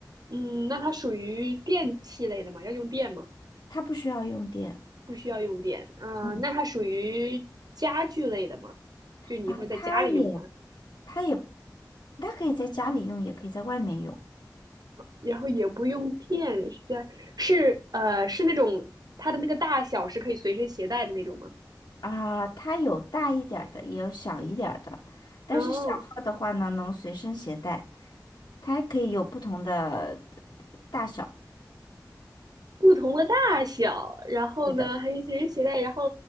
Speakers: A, on the right; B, on the left.
A: 嗯，那它属于电器类的吗？要用电吗？
B: 它不需要用电。
A: 不需要用电。嗯、
B: 嗯
A: 那它属于家具类的吗？就你会在家里用它，
B: 啊，它也它也，它可以在家里用，也可以在外面用
A: 然后也不用电，是家是呃是那种它的那个大小是可以随身携带的那种吗？
B: 啊。它有大一点儿的，也有小一点儿的。但是小号的话呢，
A: 哦，
B: 能随身携带，它还可以有不同的大小。
A: 不同的大小，然后呢还是随身携带，
B: 是的，
A: 然后